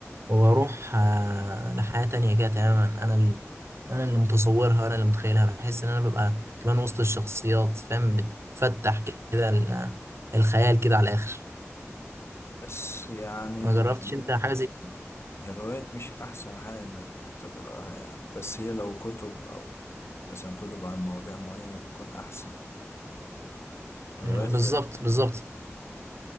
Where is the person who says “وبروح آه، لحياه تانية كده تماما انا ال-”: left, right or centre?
Right